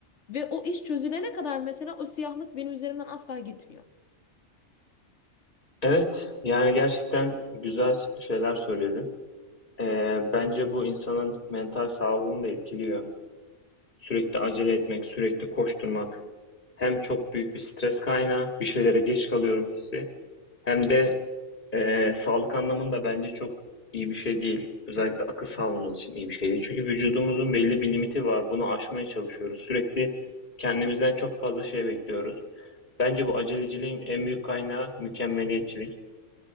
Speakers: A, on the left; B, on the left.
A: Ve o iş çözülene kadar mesela o siyahlık benim üzerimden asla gitmiyor.
B: Evet, yani gerçekten güzel şeyler söyledin. Ee, bence bu insanın mental sağlığını da etkiliyor. Sürekli acele etmek, sürekli koşturmak hem çok büyük bir stres kaynağı, bir şeylere geç kalıyorum hissi, hem de Ee, sağlık anlamında bence çok iyi bir şey değil. Özellikle akıl sağlığımız için iyi bir şey değil. Çünkü vücudumuzun belli bir limiti var. Bunu aşmaya çalışıyoruz. Sürekli kendimizden çok fazla şey bekliyoruz. Bence bu aceleciliğin en büyük kaynağı mükemmeliyetçilik.